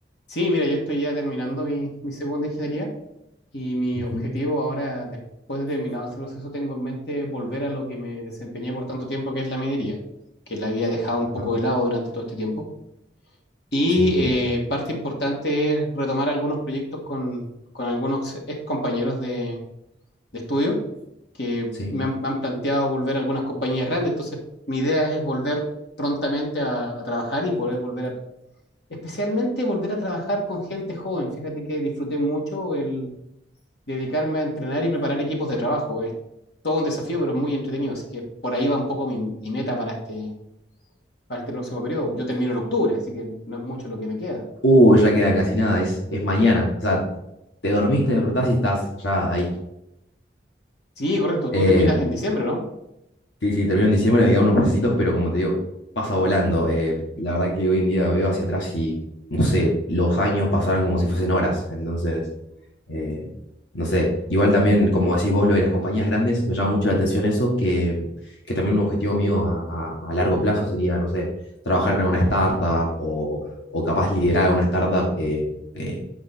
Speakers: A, on the left; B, on the left.
A: Sí, mira, yo estoy ya terminando mi, mi segunda ingeniería y mi
B: Ujú,
A: objetivo ahora, después de terminado este proceso, tengo en mente volver a lo que me desempeñé por tanto tiempo, que es la minería, que la había dejado un
B: ajá,
A: poco de lado durante todo este tiempo. Y
B: sí,
A: eh, parte importante es retomar algunos proyectos con, con algunos ex compañeros de, de estudio que
B: sí.
A: me han, me han planteado volver a algunas compañías grandes. Entonces, mi idea es volver prontamente a, a trabajar y poder volver a, especialmente volver a trabajar con gente joven. Fíjate que disfruté mucho el dedicarme a entrenar y preparar equipos de trabajo. Es todo un desafío, pero es muy entretenido. Así que por ahí va un poco mi, mi meta para este, para este próximo periodo. Yo termino en octubre, así que no es mucho lo que me queda.
B: Uh, ya queda casi nada, es, es mañana. O sea, te dormiste, te despertás y estás ya ahí.
A: Sí, correcto,
B: Eh,
A: tú terminas en diciembre, ¿no?
B: sí, sí, termino en diciembre, me quedan unos mesecitos, pero como te digo, pasa volando. Eh, la verdad que hoy en día veo hacia atrás y, no sé, los años pasaron como si fuesen horas. Entonces... Eh, no sé, igual también, como decís vos, lo de las compañías grandes, me llama mucho la atención eso, que, que también un objetivo mío a, a- a largo plazo sería, no sé, trabajar en alguna startup o, o capaz liderar alguna startup eh, eh,